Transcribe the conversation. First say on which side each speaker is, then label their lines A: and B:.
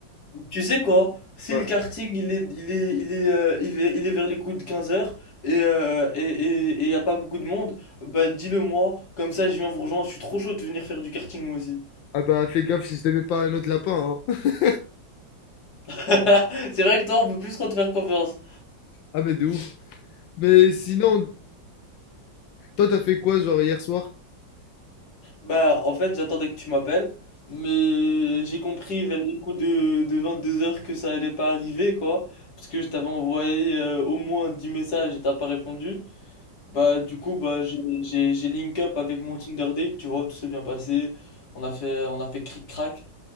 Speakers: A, on the left; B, on the left.
A: Tu sais quoi? Si
B: Ouais.
A: le karting il est, il est, il est, euh, il est, il est vers les coups de quinze heures et euh, et, et, et y a pas beaucoup de monde, bah dis-le moi, comme ça je viens vous rejoindre, je suis trop chaud de venir faire du karting moi aussi.
B: Ah bah, fais gaffe si je te mets pas un autre lapin, hein. <laughs>
A: <laughs> C'est vrai que toi on peut plus trop te faire confiance.
B: Ah mais de ouf. Mais sinon, toi, t'as fait quoi, genre, hier soir?
A: Bah en fait j'attendais que tu m'appelles, mais j'ai compris vers les coups de, de vingt-deux heures que ça allait pas arriver quoi, parce que je t'avais envoyé euh, au moins 10 messages et t'as pas répondu. Bah, du coup, bah, j'ai, j'ai, j'ai link up avec mon Tinder date, tu vois, tout s'est bien passé. On a fait, on a fait cric-crac.